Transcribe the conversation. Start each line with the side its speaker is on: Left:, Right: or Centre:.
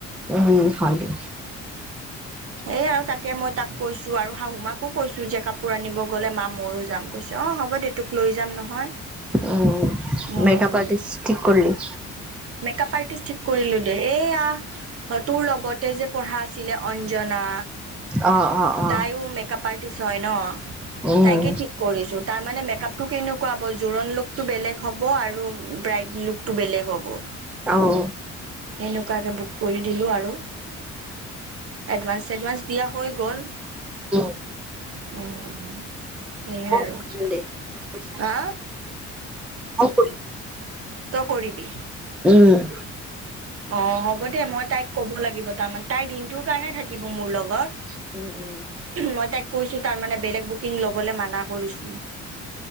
Centre: উম, হয় দে।
Right: হেইয়ে আৰু তাকে মই তাক কৈছো আৰু শাহু মাকো কৈছো যে কাপোৰ আনিব গ'লে মা ময়ো যাম। কৈছে অহ হ হ'ব দে তোক লৈ যাম নহয়।
Centre: উম,
Right: উম
Centre: মেকআপ আৰ্টিষ্ট ঠিক কৰলি?
Right: মেকপ আৰ্টিষ্ট ঠিক কৰিলো দে, এ আ তোৰ লগতে যে পঢ়া আছিলে অঞ্জনা
Centre: অ অ অ
Right: তাইও মেকআপ আৰ্টিষ্ট হয় ন'
Centre: উম
Right: তাইকে ঠিক কৰিছো, তাৰ মানে মেকআপ টো কেনেকুৱা হ'বজোৰণ লোক টো বেলেগ হ'ব আৰু ব্ৰাইড লুক টো বেলেগ হ'ব।
Centre: অহ।
Right: এনেকুৱাকে বুক কৰি দিলো আৰু এডভানস -চেডভানস দিয়া হৈ গ'ল।
Centre: উম।
Right: উম সেয়াই
Centre: মই
Right: আৰু
Centre: কৰিম দে <unintelligible> মই
Right: হা
Centre: কৰিম
Right: ত' কৰিবি?
Centre: উম,
Right: অহ, হ'ব দে মই তাইক কব লাগিব তাৰমানে তাই দিনটোৰ কাৰণে থাকিব মোৰ লগত।
Centre: উম, উম।
Right: মই তাইক কৈছো তাৰ মানে বেলেগ বুকিং ল'বলে মানা কৰিছো।